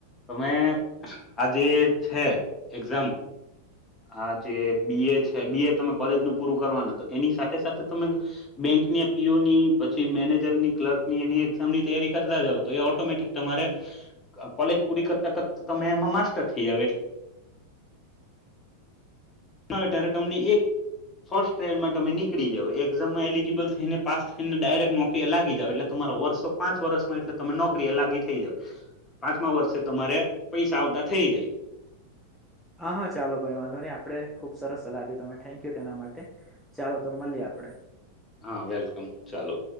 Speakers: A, on the left; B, in the centre.
A: તમે આજે છે એક્ઝામ આ જે બી એ છે બી એ તમે કોલેજ નું પૂરું કરવાનું તો એની સાથે સાથે તમે બેંક ની પી ઓ ની પછી મેનેજર ની ક્લર્ક ની એની એક <unintelligible> ની તૈયારી કરતા જાવ તો એ ઓટોમેટિક તમારે કોલેજ પૂરી કરતા કરતા તમે એમાં માસ્ટર થઇ જાવો એ ત્યારે તમને એક ફર્સ્ટ ટ્રાયલમાં તમે નીકળી જાવ એક્ઝામમાં એલિજીિબલ થઈને પાસ થઈને ડાયરેક્ટ નોકરી લગી જાવ એટલે તમારો વર્ષ પાંચ વર્ષમાં એટલે તમે નોકરી એ લાગી થઈ જાવ પાંચમા વર્ષે તમારે પૈસા આવતા થઈ જાય
B: હા હા ચાલો કોઈ વાંધો નહી આપડે ખુબ સરસ સલાહ આપી તમે થેન્ક યુ તેના માટે ચાલો તો મલીએ આ આપળે
A: હા વેલકમ ચાલો